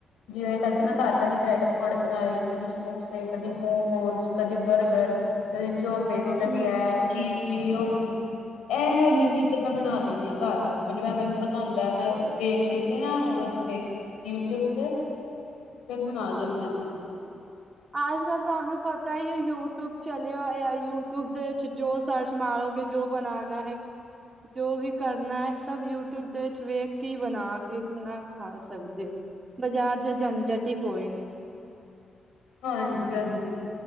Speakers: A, on the left; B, on the right.
A: ਜਿਵੇਂ ਕਦੀ ਮੈਂ ਘਾਰ ਕਦੀ ਬ੍ਰੈਡ ਪਕੌੜੇ ਬਨਾਏ, ਕਦੀ ਸਮੋਸੇ, ਕਦੀ ਮੋਮੋਸ, ਕਦੀ ਬਰਗਰ ਕਦੀ ਚੌਮਿਨ, ਕਦੀ
B: ਹੂੰ-ਹੂੰ,
A: ਐ ਚੀਜ਼ ਚਿਲੀ ਹੋ ਗੀ ਐਹੈ
B: ਹੂੰ-ਹੂੰ।
A: ਜੀ ਚੀਜਾਂ ਮੈਂ ਬਣਾ ਦਿੰਨੀ ਆਂ ਘਾਰ ਮਤਲਬ ਐ ਮੇਨੂੰ ਪਤਾ ਹੁੰਦੈ ਮੈਂ ਦੇਖ-ਦੇਖ ਕੇ ਨਾ <unintelligible> ਤੇ ਯੂਟਿਊਬ ਤੇ ਫੇਰ ਬਣਾ ਦੇਨੇ ਆਂ ਮੈਂ।
B: ਆਜ ਕੱਲ ਤੁਆਨੂੰ ਪਤਾ ਈ ਏ ਯੂਟਿਊਬ ਚਲੇਆ ਹੋਇਐ। ਯੂਟਿਊਬ ਦੇ 'ਚ ਜੋ ਸਰਚ ਮਾਰੋਗੇ ਜੋ ਬਨਾਨਾ ਹੈ ਜੋ ਵੀ ਕਰਨਾ ਐ ਸਭ ਯੂਟਿਊਬ ਦੇ 'ਚ ਵੇਖ ਕੇ ਹੀ ਬਨਾ ਕੇ ਈ ਆਪਨਾ ਖਾ ਸਕਦੇ ਓ। ਬਜਾਰ ਦਾ ਜੰਝਟ ਈ ਕੋਈ ਨੀ।
A: ਹਾਂਜੀ-ਹਾਂਜੀ।